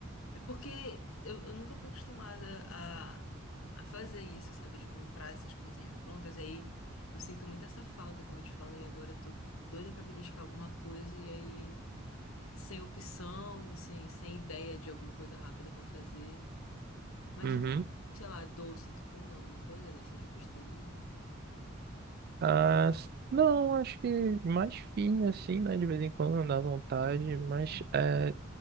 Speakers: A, on the left (about 80°); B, on the right (about 50°).
A: É porque eu, eu nunca fui acostumada a, a fazer isso, sabe? De comprar essas coisinhas prontas. Aí eu sinto muito essa falta, como eu te falei. Agora eu tô doida pra beliscar alguma coisa e aí sem opção, sem, sem ideia de alguma coisa rápida pra fazer. Mas
B: Uhum.
A: de, sei lá, doce, tu come alguma coisa dessas de besteirinha?
B: Ah, não, acho que mais fino assim, né? De vez em quando não dá vontade, mas
A: Uhum.
B: é.